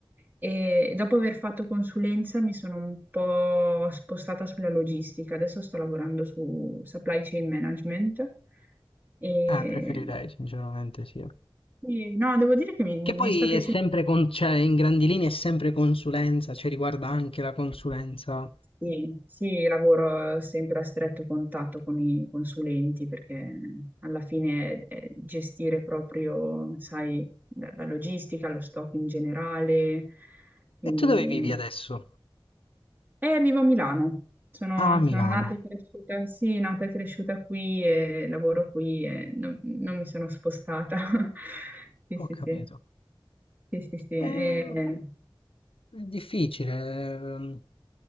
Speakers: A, on the right; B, on the left.
A: e dopo aver fatto consulenza mi sono un po' spostata sulla logistica. Adesso sto lavorando su supply chain management. E,
B: Ah, preferirei, sinceramente, sì.
A: e no, devo dire che mi mi
B: Che poi
A: sta piacendo.
B: è sempre, con, cioè, in grandi linee è sempre consulenza, cioè riguarda anche la consulenza.
A: Sì, sì, lavoro eh, sempre a stretto contatto con i consulenti perché eh, alla fine è gestire proprio, sai, la la logistica, lo stock in generale. Quindi,
B: E tu dove vivi adesso?
A: eh, vivo a Milano. Sono,
B: Ah, a Milano.
A: sono nata e cresciuta, sì, nata e cresciuta qui e lavoro qui e non, non mi sono spostata. <laughs> Sì,
B: Ho
A: sì,
B: capito.
A: sì. Sì, sì, sì. E-
B: Ehm, è difficile, ehm,